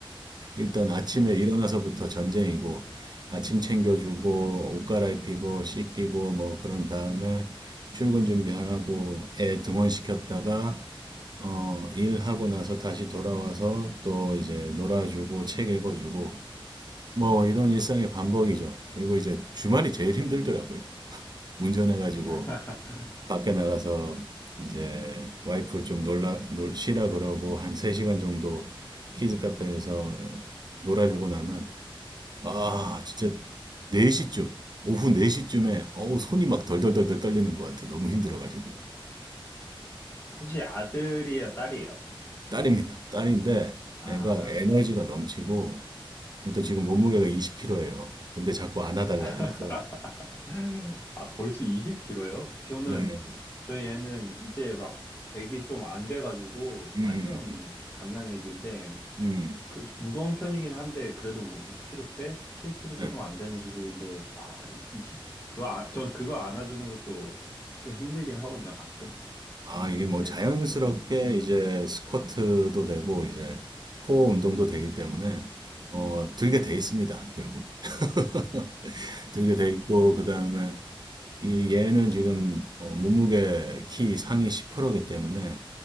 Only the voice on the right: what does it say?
일단 아침에 일어나서부터 전쟁이고, 아침 챙겨주고, 옷 갈아입히고, 씻기고, 뭐, 그런 다음에 출근 준비하고, 애 등원시켰다가, 어, 일하고 나서 다시 돌아와서 또 이제 놀아주고, 책 읽어주고, 뭐, 이런 일상의 반복이죠. 그리고 이제 주말이 제일 힘들더라고요. 운전해가지고
밖에 나가서 이제 와이프 좀 놀라, 놀, 쉬라 그러고 한 3시간 정도 키즈 카페에서 놀아주고 나면 아, 진짜 4시쯤, 오후 4시쯤에 어우, 손이 막 덜덜덜덜 떨리는 것 같아. 너무 힘들어가지고.
딸입니다. 딸인데
애가 에너지가 넘치고 일단 지금 몸무게가 20kg예요. 근데 자꾸 안아달라
그래서
네.
음,
음,
음, 음.
네.
아, 이게
뭐 자연스럽게
이제 스쿼트도 되고 이제 코어 운동도 되기 때문에 어, 들게 돼 있습니다, 결국. <laughs> 들게 돼 있고
그다음에
이 얘는 지금 어, 몸무게 키 상위 10%이기 때문에